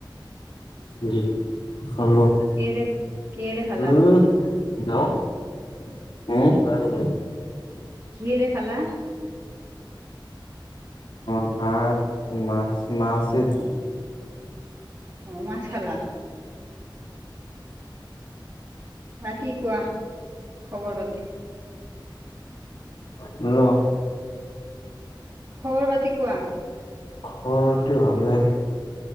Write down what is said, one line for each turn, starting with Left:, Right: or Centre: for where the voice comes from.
Left: <unintelligible> খালো।
Right: কিহেৰে কিহেৰে খালা
Left: উম <unintelligible>
Right: কিহেৰে খালা?
Left: ভাত, মা মাছে দি।
Right: অ মাছ খালা। বাকি কোৱা? খবৰ পাতি
Left: হেল্ল'
Right: খবৰ পাতি কোৱা?
Left: খবৰ পাতি ভালে।